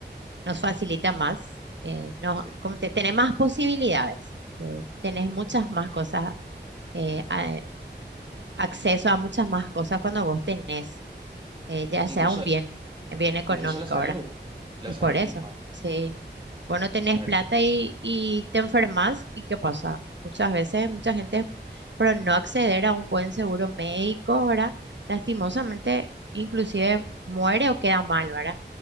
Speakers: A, on the right; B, on the right.
A: nos facilita más, eh, no,
B: sí.
A: como te, tenés más posibilidades, eh, tenés muchas más cosas, eh, a- acceso a muchas más cosas cuando vos tenés, eh, ya
B: Incluso,
A: sea un bien, bien económico,
B: incluso la salud,
A: ahora
B: la
A: Y
B: salud
A: por eso,
B: misma,
A: si vos no tenés
B: ¿verdad?
A: plata y, y te enfermas, ¿y qué pasa? Muchas veces, mucha gente, por no acceder a un buen seguro médico, ¿verdad? Lastimosamente, inclusive muere o queda mal, ¿verdad?